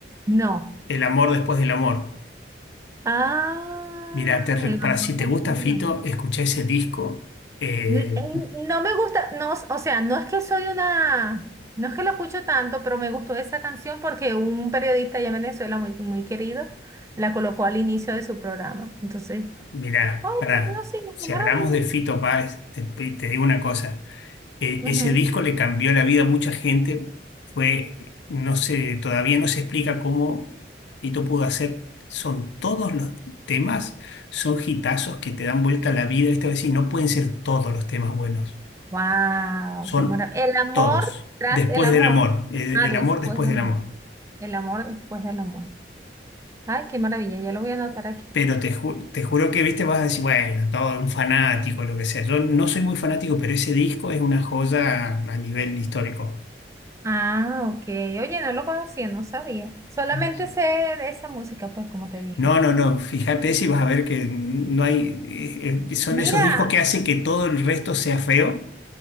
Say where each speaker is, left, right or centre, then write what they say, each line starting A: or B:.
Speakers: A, on the right; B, on the left.
A: No.
B: El amor después del amor.
A: Ah,
B: Mira,
A: el
B: para
A: amor.
B: si te
A: del
B: gusta
A: cielo.
B: Fito, escuchá ese disco. Eh,
A: L- el- No me gusta, no, o sea, no es que soy una, no es que lo escucho tanto, pero me gustó esa canción porque un periodista allá en Venezuela muy, muy querido la colocó al inicio de su programa. Entonces,
B: Mirá,
A: ¡ay,
B: pará,
A: qué bueno,
B: si
A: qué maravilla!
B: hablamos de Fito Páez, te, te digo una cosa, E-
A: Ujú.
B: ese disco le cambió la vida a mucha gente, fue, no sé, todavía no se explica cómo Fito pudo hacer, son todos los temas, son hitazos que te dan vuelta a la vida, esta vez sí, no pueden ser todos los temas buenos,
A: Wow,
B: son
A: qué maravilla. El amor
B: todos,
A: tras
B: después
A: el amor.
B: del amor, el,
A: Ah,
B: el
A: después
B: amor después
A: del
B: del amor.
A: amor. El amor después del amor. Ay, qué maravilla, ya lo voy a anotar aquí.
B: Pero te, ju- te juro que, viste, vas a decir, bueno, todo un fanático, lo que sea. Yo no soy muy fanático, pero ese disco es una joya a nivel histórico.
A: Ah, ok. Oye, no lo conocía, no sabía. Solamente
B: Sí.
A: sé de esa música, pues, como te dije.
B: No, no, no, fíjate si vas a ver que no hay, eh, eh, son
A: Mira,
B: esos discos que hacen que todo el resto sea feo